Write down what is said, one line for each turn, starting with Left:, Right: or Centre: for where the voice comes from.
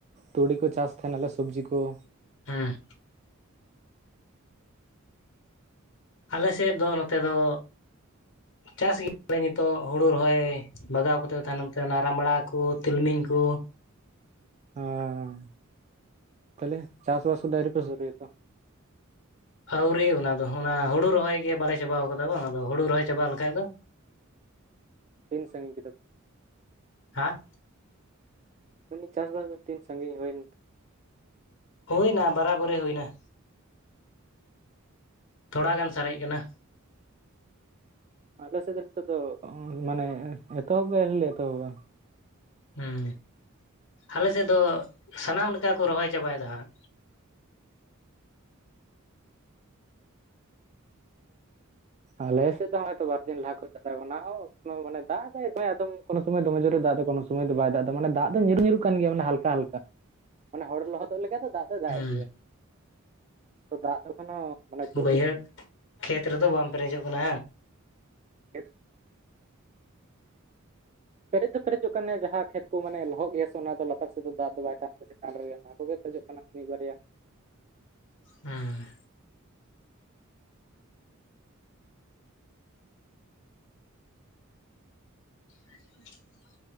Right: ᱛᱩᱲᱤ ᱠᱚ ᱪᱟᱥ ᱛᱟᱦᱮᱱ ᱟᱞᱮ ᱥᱚᱵᱡᱤ ᱠᱚ
Left: ᱦᱮᱸ ᱟᱞᱮ ᱥᱮᱫ ᱫᱚ ᱱᱚᱛᱮ ᱫᱚ ᱪᱟᱥ ᱜᱮᱭᱟ ᱞᱮ ᱱᱤᱛᱚᱜ ᱦᱩᱲᱩ ᱨᱚᱦᱚᱭ ᱵᱟᱜᱟᱣ ᱠᱟᱛᱮ ᱛᱟᱭᱱᱚᱢ ᱛᱮ ᱚᱱᱟ ᱨᱟᱢᱵᱲᱟ ᱠᱚ ᱛᱤᱞᱢᱤᱧ ᱠᱚ
Right: ᱦᱟᱻ ᱛᱟᱞᱦᱮ ᱪᱟᱥ ᱵᱟᱥ ᱠᱚ ᱫᱚ ᱟᱣᱨᱤ ᱯᱮ ᱥᱩᱨᱩᱭᱟᱛᱚ
Left: ᱟᱹᱣᱨᱤ ᱚᱱᱟ ᱫᱚ ᱚᱱᱟ ᱦᱩᱲᱩ ᱨᱚᱦᱚᱭ ᱜᱮ ᱵᱟᱞᱮ ᱪᱟᱵᱟᱣ ᱠᱟᱫᱟ ᱵᱟᱝ ᱟᱫᱚ ᱦᱩᱲᱩ ᱨᱚᱦᱚᱭ ᱪᱟᱵᱟ ᱞᱮᱠᱷᱟᱡ ᱫᱚ
Right: ᱛᱤᱱ ᱥᱟᱺᱜᱤᱧ ᱠᱮᱫᱟ ᱯᱮ?
Left: ᱦᱟᱸ?
Right: ᱢᱮᱱᱫᱤᱧ ᱪᱟᱥᱵᱟᱥ ᱫᱚ ᱛᱤᱱ ᱥᱟᱺᱜᱤᱧ ᱦᱩᱭᱮᱱ
Left: ᱦᱩᱭᱱᱟ ᱵᱟᱨᱟᱵᱟᱨᱤ ᱦᱩᱭᱱᱟ᱾ ᱛᱷᱚᱲᱟ ᱜᱟᱱ ᱥᱟᱨᱮᱡ ᱠᱟᱱᱟ᱾
Right: ᱟᱞᱮᱥᱮᱡ ᱫᱚ ᱱᱤᱛᱚᱜ ᱫᱚ ᱢᱟᱱᱮ ᱮᱛᱚᱦᱚᱵ ᱜᱮ ᱟᱣᱨᱤ ᱞᱮ ᱮᱛᱚᱦᱚᱵᱟ᱾
Left: ᱦᱮᱸ ᱟᱞᱮᱥᱮᱫ ᱫᱚ ᱥᱟᱱᱟᱢ ᱞᱮᱠᱟ ᱠᱚ ᱨᱚᱦᱚᱭ ᱪᱟᱵᱟᱭᱮᱫᱟ ᱦᱟᱸᱜ᱾
Right: ᱟᱞᱮᱥᱮᱫ ᱫᱚ ᱦᱚᱜᱚᱭ ᱛᱚ ᱵᱟᱨᱫᱤᱱ ᱞᱟᱦᱟ ᱠᱷᱚᱡᱽ ᱪᱟᱞᱟᱜ ᱠᱟᱱᱟ ᱢᱟᱱᱮ ᱫᱟᱜ ᱟᱫᱚᱢ ᱠᱚᱱᱳ ᱥᱚᱢᱚᱭ ᱫᱚᱢᱮ ᱡᱳ ᱨᱮ ᱫᱟᱜ ᱮ ᱠᱳᱱᱳ ᱥᱚᱢᱚᱭ ᱫᱚᱢᱮ ᱡᱳᱨ ᱮ ᱫᱟᱜ ᱮᱫᱟ ᱠᱚᱱᱚ ᱥᱚᱢᱚᱭ ᱫᱚ ᱵᱟᱝ ᱢᱟᱱᱮ ᱫᱟᱜᱽ ᱫᱚ ᱧᱩᱨ ᱧᱩᱨᱩᱜ ᱠᱟᱱ ᱜᱮᱭᱟ ᱢᱟᱱᱮ ᱦᱟᱞᱠᱟ ᱦᱟᱞᱠᱟ᱾ ᱢᱟᱱᱮ ᱦᱚᱲ ᱞᱚᱦᱚᱫᱚᱜ ᱞᱮᱠᱟ ᱫᱚ ᱫᱟᱜ ᱫᱚᱭ ᱫᱟᱜᱮᱫ
Left: ᱦᱩᱸ
Right: ᱜᱮᱭᱟ᱾ ᱛᱚ ᱫᱟᱜ ᱫᱚ ᱮᱠᱷᱚᱱᱳ ᱢᱟᱱᱮ ᱵᱟᱹᱫᱽ
Left: ᱵᱟᱹᱭᱦᱟᱹᱲ ᱠᱷᱮᱛ ᱨᱮᱫᱚ ᱵᱟᱢ ᱯᱮᱨᱮᱡᱚᱜ ᱠᱟᱱᱟ
Right: <unintelligible> ᱯᱮᱨᱮᱡ ᱫᱚ ᱯᱮᱨᱮᱡᱚᱜ ᱠᱟᱱᱟ ᱡᱟᱦᱟᱸ ᱠᱷᱮᱛ ᱠᱚ ᱢᱟᱱᱮ ᱞᱚᱦᱚᱫ ᱜᱮᱭᱟ ᱥᱮ ᱚᱱᱟ ᱫᱚ ᱞᱟᱛᱟᱨ ᱥᱮᱫ ᱫᱚ ᱫᱟᱜ ᱫᱚ ᱵᱟᱭ ᱴᱟᱱ ᱪᱮᱛᱟᱱ ᱨᱮᱜᱮ ᱚᱱᱟ ᱠᱚᱜᱮ ᱠᱷᱚᱡᱚᱜ ᱠᱟᱱᱟ ᱢᱤᱫ ᱵᱟᱨᱭᱟ
Left: ᱦᱩᱸ᱾ <unintelligible>